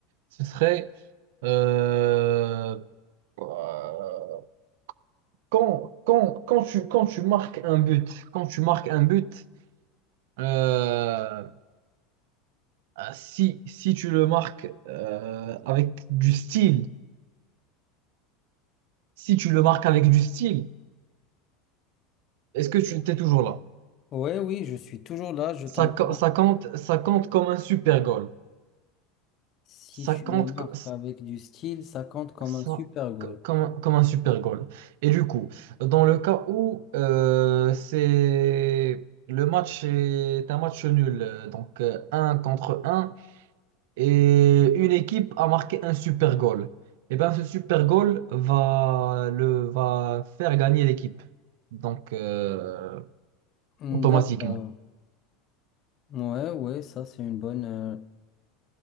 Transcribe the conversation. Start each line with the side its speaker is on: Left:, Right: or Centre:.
Right: ce serait euh, euh, quand, quand, quand tu, quand tu marques un but, quand tu marques un but, euh, si, si tu le marques euh, avec du style, si tu le marques avec du style, est-ce que tu t'es toujours là?
Left: Ouais, oui, je suis toujours là, je
Right: Ça,
Left: t'entends.
Right: co- ça compte, ça compte comme un super goal.
Left: Si
Right: Ça
Left: tu
Right: compte
Left: le marques
Right: co-
Left: avec du style, ça compte comme
Right: ça-
Left: un super goal.
Right: co- comme, un- comme un super goal. Et du coup, dans le cas où euh, c'est le match est un match nul, euh, donc euh, un contre un et une équipe a marqué un super goal, et bien ce super goal va, le, va faire gagner l'équipe, donc euh,
Left: Hmm,
Right: automatiquement.
Left: D'accord. Ouais, ouais, ça c'est une bonne. euh,